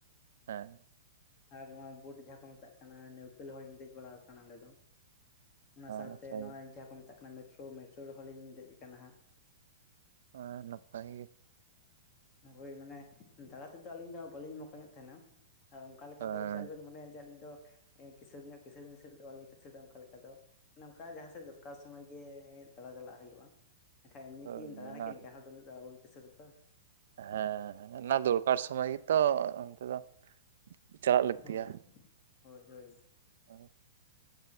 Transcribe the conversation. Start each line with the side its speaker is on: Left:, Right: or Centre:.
Right: ᱦᱮᱸ ᱾
Left: ᱟᱨ ᱱᱚᱣᱟ ᱵᱚᱴ ᱡᱟᱦᱟᱸ ᱠᱚ ᱢᱮᱛᱟᱜ ᱠᱟᱱᱟ ᱱᱟᱹᱣᱠᱟᱹ ᱨᱮ ᱦᱚᱞᱤᱧ ᱫᱮᱡ ᱵᱟᱲᱟ ᱟᱠᱟᱱᱟ ᱚᱸᱰᱮ ᱫᱚ ᱾ ᱚᱱᱟ ᱥᱟᱶᱛᱮ
Right: ᱱᱟᱯᱟᱭ
Left: ᱱᱚᱜᱼᱚᱭ ᱡᱟᱦᱟᱸ ᱠᱚ ᱢᱮᱛᱟᱜ ᱠᱟᱱᱟ ᱢᱮᱴᱨᱳ, ᱢᱮᱴᱨᱳ ᱨᱮᱦᱚᱸ ᱞᱤᱧ ᱫᱮᱡ ᱟᱠᱟᱱᱟ ᱦᱟᱸᱜ
Right: ᱦᱚᱭ ᱱᱟᱯᱟᱭ ᱜᱮ ᱾
Left: ᱦᱳᱭ ᱢᱟᱱᱮ ᱫᱟᱬᱟ ᱛᱮᱫᱚ ᱟᱹᱞᱤᱧ ᱫᱚ ᱵᱟᱹᱞᱤᱧ ᱢᱚᱠᱚᱧᱚᱜ ᱛᱟᱦᱮᱱᱟ, ᱟᱨ ᱚᱱᱠᱟ ᱞᱮᱠᱟ
Right: ᱦᱮᱸ
Left: ᱫᱚ ᱡᱮ ᱟᱞᱚᱵᱮᱱ ᱢᱚᱱᱮᱭᱟ ᱡᱮ ᱟᱹᱞᱤᱧ ᱫᱚ ᱠᱤᱥᱟᱹᱬ ᱧᱚᱜ ᱠᱤᱥᱟᱬ ᱢᱤᱥᱟᱹᱲ ᱫᱚ ᱵᱟᱞᱮ ᱠᱤᱥᱟᱹᱲᱟ ᱚᱱᱠᱟ ᱞᱮᱠᱟ ᱫᱚ ᱚᱱᱮ ᱚᱱᱠᱟ ᱡᱟᱦᱟᱸ ᱥᱮᱫ ᱫᱚᱨᱠᱟᱨ ᱥᱚᱢᱚᱭ ᱜᱮ ᱫᱟᱬᱟ ᱪᱟᱞᱟᱜ ᱦᱩᱭᱩᱜᱼᱟ, ᱮᱱᱠᱷᱟᱡ ᱮᱢᱱᱤ
Right: ᱦᱳᱭ
Left: ᱠᱤᱢ ᱫᱟᱬᱟᱱᱟ
Right: ᱚᱱᱟ
Left: ᱠᱤ ᱱᱮᱛᱟᱨ ᱦᱚᱲ ᱫᱚ ᱩᱱᱟᱹᱜ ᱫᱚ ᱵᱟᱵᱚᱱ ᱠᱤᱥᱟᱹᱬᱟ ᱛᱚ ᱾
Right: ᱦᱮᱸ ᱦᱮᱸ ᱚᱱᱟ ᱫᱚᱨᱠᱟᱨ ᱥᱚᱢᱚᱭ ᱜᱮᱛᱚ ᱚᱱᱛᱮ ᱫᱚ ᱪᱟᱞᱟᱜ ᱞᱟᱹᱠᱛᱤᱭᱟ
Left: ᱦᱳᱭ ᱦᱳᱭ ᱦᱳᱭ
Right: <unintelligible>